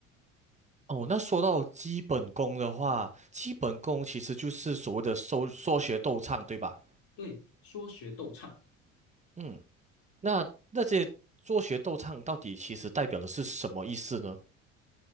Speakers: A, on the right (about 15°); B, on the left (about 60°).
A: 哦，那说到基本功的话，基本功其实就是所谓的搜说学逗唱，对吧？
B: 对，说学逗唱。
A: 嗯。那那些做学逗唱到底其实代表的是什么意思呢？